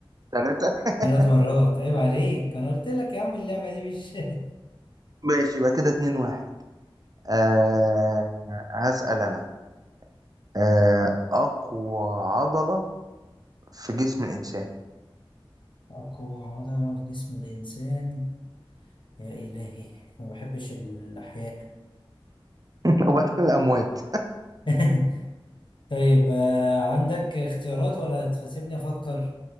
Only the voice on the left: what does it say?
ثلاث مرات عيب عليك أنا قلت لك يا عم اللعبة دي مش <laughs>
يعني
أقوى عضلة في جسم الإنسان يا إلهي ما بحبش الأحياء
<laughs> طيب آه، عندك اختيارات ولا تسيبني افكر